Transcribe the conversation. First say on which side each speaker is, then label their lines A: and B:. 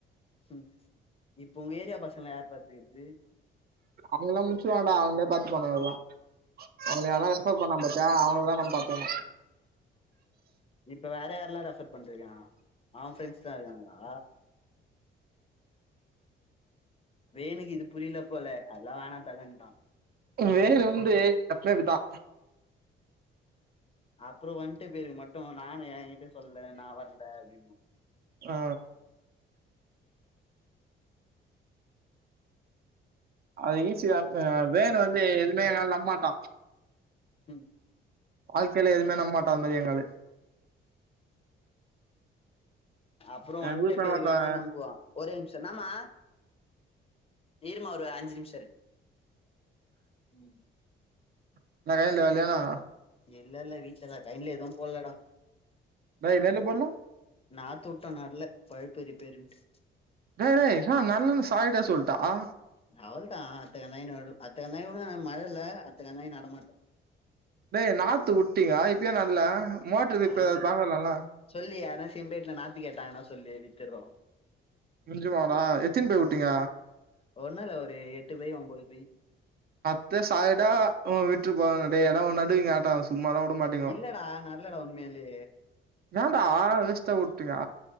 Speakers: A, on the left; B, on the right.
A: ம் இப்ப உங்க ஏரியா பசங்கள யார் பாத்துக்குது
B: இவங்கல்லாம் முடிச்சுவாண்டா அவங்களே பாத்து போனா வகல்லாம் அவன ரெபர் பண்ணாம் பாத்யா ஃபுல்லா நம்ம பாத்தணும்
A: இப்ப வேற யாரல்லாம் ரெஃபர் பண்ட்டுக்கான் அவன் பிரெண்ஸ்ல்லாம் இருக்காங்களா வேனுக்கு இது புரியல போல அதெல்லாம் வேணா தலன்ட்டான்
B: வேலு வந்து கட்லர்க்குதான்
A: அப்புறம் வந்துட்டு பேருக்கு மட்டும் நானும் என்கிட்ட சொல்ல நான் வர்ல அப்டின்பான்
B: ஓ அது ஈஸி தான் வேணு வந்து எதுவுமே எங்கள நம்மாட்டான்
A: ம்
B: வாழ்கையில எதுவுமே நம் மாட்டா அந்த மாரி எங்க ஆளு
A: அப்புறம்
B: எங்க
A: வன்டு
B: குரூப்ல
A: பேருக்கானா
B: ஒருத்தன்
A: நம்புவான் ஒரே நிமிஷம் என்னாமா இருமா ஒரு அஞ்சு நிமிஷம் இரு ம்
B: <unintelligible>
A: இல்ல இல்ல வீட்லதான் வாய்ல எதுவும் போல்லடா
B: டேய் நெல்லு போல்ல
A: நா தூட்டம் வர்ல பைப்பு ரிப்பேருண்டு
B: டேய் டேய் ஜான் நல்லான்னு சாயிட்டா சொல்லிட்டா அ
A: அவ்ள்தா அடுத்தகணாயி நடு அடுத்தகணாயிகூட மழ இல்ல அடுத்தகணாயி நடமாட்டோ
B: டேய் நாத்து வுட்டீங்க இப்பயே நல்லா மோட்டர் ரிப்பேரு
A: அவள்
B: அத பாக்காலில்ல
A: சொல்லு யாருனா சிம்பேட்ல நாத்து கேட்டாங்கன்னா சொல்லு வித்துறோ
B: நிஜமாடா எத்தினி போய் வுட்டீங்க
A: ஒண்ணு இல்ல ஒரு எட்டு பை ஒம்போது பை
B: அத்த சாய்டா அ விட்டுருப்பாங்க டேய் எனவொன்னு நடுங்க ஆட்டவச சும்மா எல்லா வுட மாட்டிங்கோ
A: இல்லடா நல்லடா உண்மையாலே
B: ஏன்டா வேஸ்ட்டா வுட்டீட்டங்க